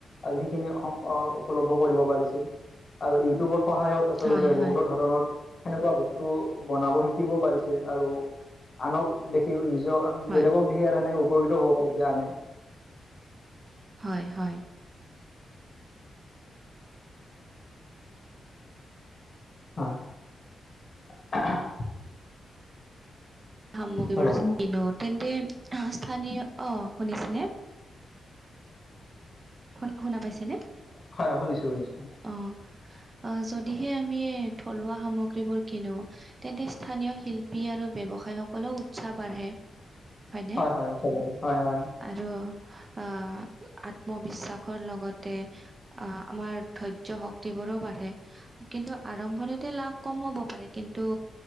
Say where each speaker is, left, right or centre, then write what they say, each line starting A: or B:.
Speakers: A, on the left; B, on the right.
A: আজি সেইখিনি অ', উপলব্ধ কৰিব পাৰিছে আৰু ইউটিউবৰ সহায়ত আচলতে
B: হয়, হয়,
A: বহুতো ধৰণৰ সেনেকুৱা বস্তু বনাব শিকিব পাৰিছে। আৰু আনক দেখিও নিজেও আৰু
B: হয়,
A: বেলেগক সেইকাৰণে উপকৃত হ'ব পাৰিছোঁ আমি।
B: হয়, হয়।
A: হয়, <unintelligible>
B: <unintelligible>
A: হেল্ল'
B: তেন্তে স্থানীয় অ', শুনিছেনে? শুন-শুনা পাইছেনে?
A: হয়, হয়, শুনিছোঁ, শুনিছোঁ।
B: অ'। অ', যদিহে আমি থলুৱা সামগ্ৰীবোৰ কিনো তেন্তে স্থানীয় শিল্পী আৰু ব্যৱসায় সকলেও উৎসাহ বাঢ়ে। হয়নে?
A: হয়, হয়, <unintelligible> হয়, হয়।
B: আৰু আ, আত্মবিশ্বাসৰ লগতে আ আমাৰ ধৈৰ্য শক্তিবোৰো বাঢ়ে। কিন্তু আৰম্ভণিতে লাভ কম হ'ব পাৰে কিন্তু